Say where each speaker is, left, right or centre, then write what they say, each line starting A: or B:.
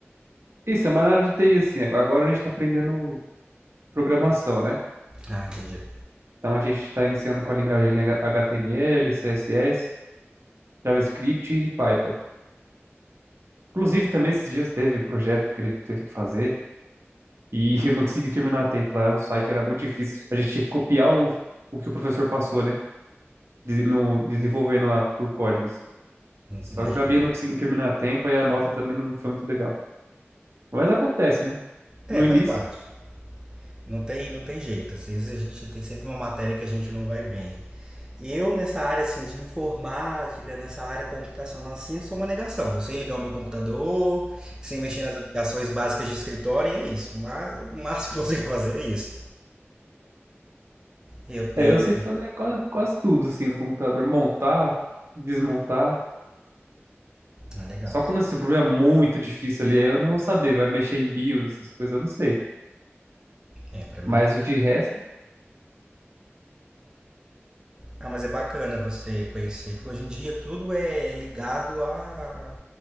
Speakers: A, on the right; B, on the right.
A: Isso, é mais na área de TI, assim. Agora a gente está aprendendo programação, né?
B: Ah, entendi.
A: Então a gente está iniciando com a linguagem HTML, CSS, JavaScript e Python. Inclusive, também esses dias teve um projeto que a gente teve que fazer e <laughs> eu não consegui terminar a tempo lá. O site era muito difícil. A gente tinha que copiar o, o que o professor passou, né? Dese- No, desenvolvendo lá por códigos. Só
B: Imagino.
A: que eu acabei não conseguindo terminar a tempo e a nota também não foi muito legal. Mas acontece, né?
B: É,
A: No início.
B: faz parte. Não tem, não tem jeito. Às vezes a gente tem sempre uma matéria que a gente não vai bem. Eu, nessa área assim, de informática, nessa área computacional assim, eu sou uma negação. Eu sei ligar o meu computador, sem mexer nas aplicações básicas de escritório, e é isso. Mas o máximo que eu consigo fazer é isso. Eu tenho.
A: É, eu sei fazer quase, quase tudo assim no computador. Montar, desmontar.
B: Ah, legal.
A: Só quando assim, o problema é muito difícil ali, aí eu não vou saber, vai mexer em BIOS, essas coisas, eu não sei.
B: É, pra mim.
A: Mas o de resto,
B: Ah, mas é bacana você conhecer, porque hoje em dia tudo é ligado a...